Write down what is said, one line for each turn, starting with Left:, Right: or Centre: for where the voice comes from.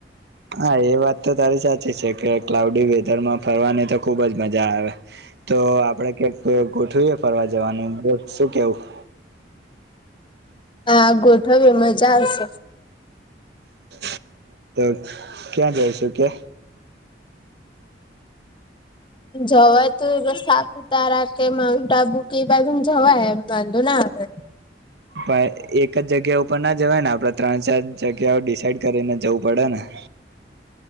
Right: હા એ વાત તો તારી સાચી છે કે ક્લાઉડી વેધર માં ફરવાની તો ખુબ જ મજા આવે. તો આપણે ક્યાંક ગોઠવીએ ફરવા જવાનું, બોલ શું કેવું?
Left: હા, ગોઠવી, મજા આવશે.
Right: <inaudible> તો ક્યાં જઈશું કે?
Left: જવાય તો વરસાદ. તારા કે માઉન્ટ આબુ કે એ બાજુમાં જવાય એમ વાંધો ના આવે.
Right: ભાઈ એક જ જગ્યા ઉપર ના જવાય ને આપણેે ત્રણ ચાર જગ્યાઓ ડિસાઇડ કરીને જવું પડે ને.